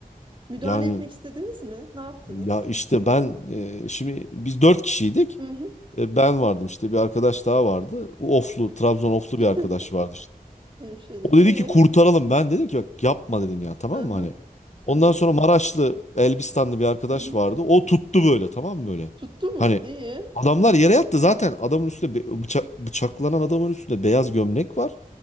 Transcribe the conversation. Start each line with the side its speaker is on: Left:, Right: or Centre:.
Right: Müdahale
Left: yani
Right: etmek istediniz mi? Ne yaptınız?
Left: ya işte ben e, şimdi biz dört kişiydik.
Right: Hı hı.
Left: E, Ben vardım işte bir arkadaş daha vardı. O Oflu,
Right: Hı
Left: Trabzon Oflu
Right: hı.
Left: bir arkadaş
Right: <laughs>
Left: vardı işte.
Right: Hemşerim.
Left: O dedi
Right: Ee?
Left: ki kurtaralım. Ben dedim ki bak yapma dedim ya tamam
Right: Hı
Left: mı
Right: hı.
Left: hani. Ondan
Right: Hı hı.
Left: sonra Maraşlı, Elbistanlı bir arkadaş
Right: Hı hı.
Left: vardı. O tuttu böyle tamam mı böyle.
Right: Tuttu
Left: Hani
Right: mu? İyi.
Left: adamlar yere yattı zaten adamın üstünde be- bıçak, bıçaklanan adamın üstünde beyaz gömlek var.